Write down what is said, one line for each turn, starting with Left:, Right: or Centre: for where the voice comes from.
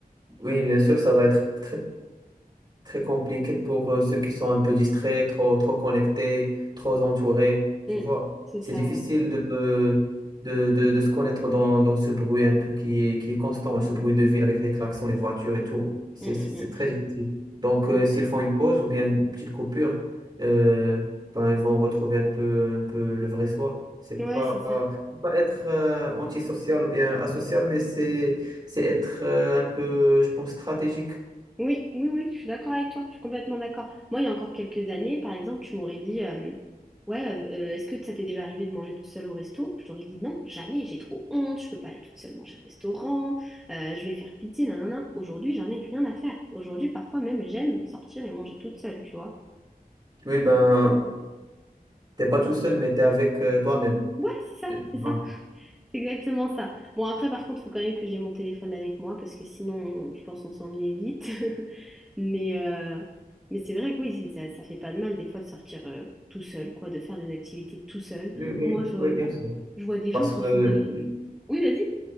Right: Oui, bien sûr, ça va être très très compliqué pour euh, ceux qui sont un peu distraits, trop, trop connectés, trop entourés, tu
Centre: Mm.
Right: vois.
Centre: C'est
Right: C'est
Centre: ça,
Right: difficile
Centre: ouais.
Right: de, de, de, de- de se connaître dans, dans ce bruit un peu qui est, qui est constant, ce bruit de ville avec les klaxons, les voitures et tout. C'est,
Centre: Mm,
Right: c'est, c'est
Centre: mm,
Right: très difficile. Donc, euh,
Centre: mm.
Right: s'ils font une pause ou bien une petite coupure, euh, ben, ils vont retrouver un peu, un peu le vrai soi. C'est
Centre: Ouais,
Right: pas,
Centre: c'est ça.
Right: c'est pas être euh, antisocial ou bien asocial, mais c'est, c'est être euh, un peu, je pense, stratégique.
Centre: Oui, oui, oui, je suis d'accord avec toi. Je suis complètement d'accord. Moi, il y a encore quelques années, par exemple, tu m'aurais dit, euh, ouais, euh, euh, est-ce que ça t'est déjà arrivé de manger toute seule au resto? Je t'aurais dit non, jamais, j'ai trop honte, je peux pas aller toute seule manger au restaurant, euh, je vais faire pitié, nanana. Aujourd'hui, j'en ai rien à faire. Aujourd'hui, parfois même, j'aime sortir et manger toute seule, tu vois.
Right: Oui, ben, T'es pas tout seul, mais t'es avec euh, toi-même.
Centre: Ouais, c'est ça,
Right: Tu
Centre: c'est
Right: vois.
Centre: ça. C'est exactement ça. Bon, après, par contre, il faut quand même que j'ai mon téléphone avec moi parce que sinon, je pense qu'on s'ennuie vite. <laughs> Mais, euh, mais c'est vrai que oui, c'est- ça, ça fait pas de mal des fois de sortir euh, tout seul, quoi, de faire des activités tout seul.
Right: Oui, oui,
Centre: Moi, je,
Right: oui, bien sûr.
Centre: je vois des
Right: Parce
Centre: gens qui
Right: que
Centre: font des...
Right: l-
Centre: Oui, vas-y.